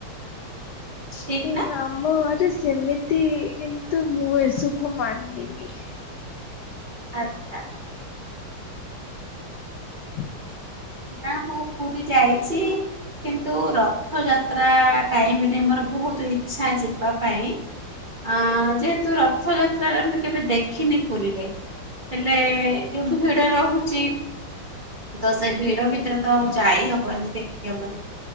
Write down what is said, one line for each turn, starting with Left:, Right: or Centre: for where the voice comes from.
Right: ଠିକ୍
Left: ଏ
Right: ନା
Left: ହେଁ ଆମ ଘରେ ସେମିତି କିନ୍ତୁ ମୁଁ ଏସବୁ ମାନିନି।
Right: <inaudible>
Left: ହୁଁ
Right: ନା ମୁଁ ପୁରୁରୀ ଯାଇଛି। କିନ୍ତୁ ରଥଯାତ୍ରା ଟାଇମରେ ମୋର ବୋହୁତ ଇଚ୍ଛା ଯିବା ପାଇଁ ଆଁ ଯେହେତୁ ରଥଯାତ୍ରାରେ ଆମର କେବେ ଦେଖିନି ପୁରୀରେ। ହେଲେ ଯୋଉ ଭିଡ ରୋହୁଚି ତ ସେ ଭିଡ ଭିତରେ ତ ଆଉ ଯାଇ ହବନି ଦେଖି ହବନ